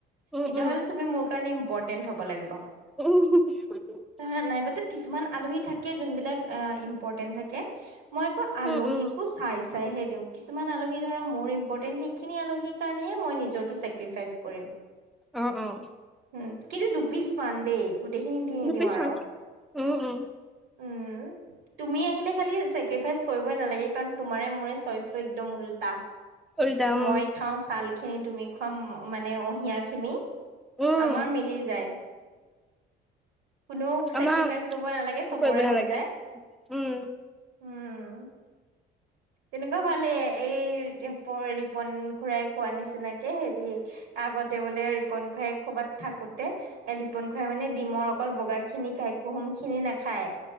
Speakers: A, in the centre; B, on the right (about 75°).
A: উম
B: তেতিয়াহ'লে
A: উম
B: তুমি, মোৰ কাৰণে ইম্পৰ্টেন্ট হ'ব লাগিব।
A: উম'
B: ধৰা নাইবাতো কিছুমান আলহী থাকে, যোনবিলাক ইম্পৰ্টেন্ট থাকে। মই আকৌ আলহিকো
A: উম উম উম
B: চাইছ চাইহে দিওঁ। কিছুমান আলহি ধৰা মোৰ ইম্পৰ্টেণ্ট সেইখিনি আলহিৰ কাৰণেহে মই নিজৰটো চেক্ৰিফাইচ কৰিম।
A: অঁ অঁ।
B: উম, কিন্তু দুপিচমান দেই। গোটেইখিনি দি নিদিওঁ
A: দুপিচ
B: আৰু
A: মান উম উম
B: উম তুমি আহিলে খালী চেক্ৰেৰীফাইজ কৰিব নালাগে কাৰণ তোমাৰেই মোৰে ছইজ একম উলটা
A: উল্টা উম
B: মই খাওঁ ছাল খিনি তুমি খোৱাম মানে অহিয়া খিনি
A: উম
B: আমাৰ মিলি যায় কোনেও চেক্সিফাইচ
A: আমাৰ
B: কৰিব নালাগে চবৰে
A: কৰিব নালাগে
B: হৈ যায়
A: উম
B: উম' তেনেকুৱা ভালেই, এই ৰিপন-ৰিপন খুৰাই কোৱা নিচিনাকে হেৰি আগতে বোলে ৰিপন খুৰায়ে, ক'ৰবাত থাকোতে এ ৰিপন খুৰাই মানে ডিমৰ অকল বগা খিনি খাই, কুহুম খিনি নেখায়।